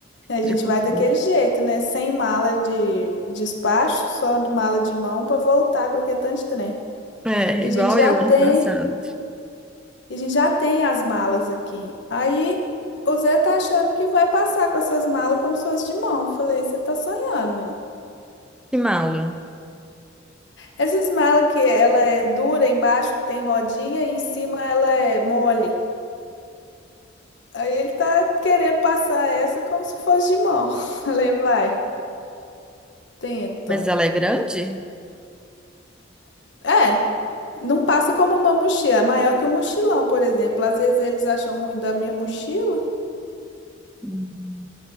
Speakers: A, on the left; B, in the centre.
A: a gente
B: de comida?
A: vai daquele jeito, né? Sem mala de despacho, só de mala de mão para voltar com aquele tanto de trem.
B: É,
A: E
B: igual
A: a gente já
B: eu
A: tem,
B: ano passado.
A: e a gente já tem as malas aqui. Aí o Zé tá achando que vai passar com essas malas como se fosse de mão. Falei, você tá sonhando.
B: Que mala.
A: Essas malas que ela é dura embaixo, que tem rodinha, e em cima ela é mole. Aí ele tá querendo passar essa como se fosse de mão. <laughs> Falei, vai, tenta.
B: Mas ela é grande?
A: É, é, não passa como uma mochila, é maior que um mochilão, por exemplo. Às vezes eles acham ruim da minha mochila,
B: Hum,